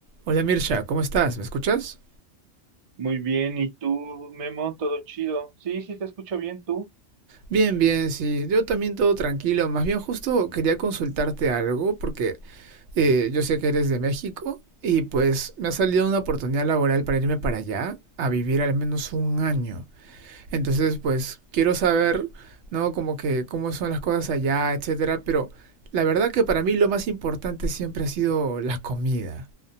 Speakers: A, on the right (about 65°); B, on the right (about 45°).
A: Hola Mirsha, ¿cómo estás? ¿Me escuchas?
B: Muy bien, ¿y tú, Memo? ¿Todo chido? Sí, sí, te escucho bien, ¿tú?
A: Bien, bien, sí. Yo también todo tranquilo. Más bien justo quería consultarte algo porque eh, yo sé que eres de México y pues me ha salido una oportunidad laboral para irme para allá a vivir al menos un año. Entonces pues quiero saber, ¿no? Como que cómo son las cosas allá, etcétera. Pero la verdad que para mí lo más importante siempre ha sido la comida.